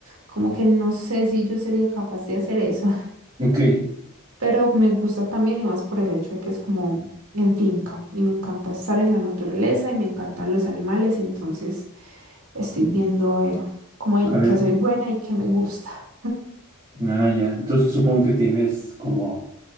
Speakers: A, on the right; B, on the right.
A: como que no sé si yo sería capaz de hacer eso.
B: ok,
A: Pero me gusta también y más por el hecho de que es como en finca y me encanta estar en la naturaleza y me encantan los animales, entonces estoy viendo a ver cómo en
B: a ver,
A: qué soy buena y qué me gusta.
B: ah, ya, entonces supongo que tienes como...